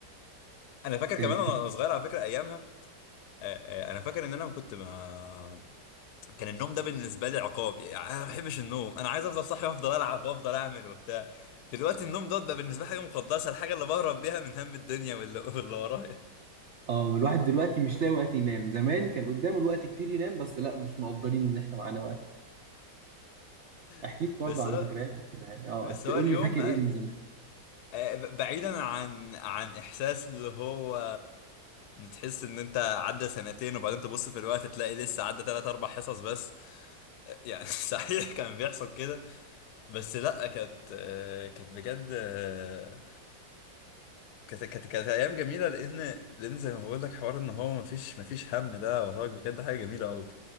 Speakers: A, on the left; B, on the right.
A: انا فاكر
B: كانت
A: كمان وانا صغير على فكرة ايامها آه، آه، انا فاكر ان انا كنت ما كان النوم ده بالنسبة لي عقاب يعني انا ما بحبش النوم انا عايز افضل صاحي وافضل العب وافضل اعمل وبتاع دلوقتي النوم دوت بقى بالنسبة لي حاجة مقدسة الحاجة اللي بهرب بيها من هم الدنيا واللي واللي ورايا
B: اه والواحد دلوقتي مش لاقي وقت ينام زمان كان قدامه الوقت كتير ينام بس لا مش مقدرين ان احنا معانا وقت احكي
A: <laughs>
B: لي برضه
A: بس
B: عن
A: هو-
B: ذكرياتك كده يعني اه
A: بس
B: أفت-
A: هو
B: قول
A: اليوم
B: لي فاكر ايه من زمان
A: آه، بعيدا عن عن احساس اللي هو تحس ان انت عدى سنتين وبعدين تبص في الوقت تلاقي لسه عدى تلات اربع حصص بس آه، يعني <laughs> صحيح كان بيحصل كده بس لا كانت آه، كانت بجد آه، كانت كانت كانت ايام جميله لان لان زي ما بقول لك حوار ان هو مفيش مفيش هم ده وراك بجد حاجه جميله قوي